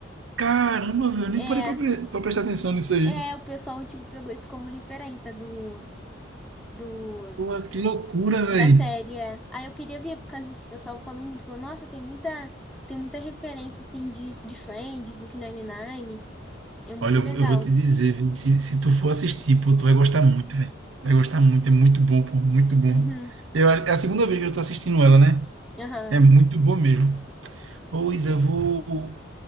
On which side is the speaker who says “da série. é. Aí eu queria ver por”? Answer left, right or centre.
Centre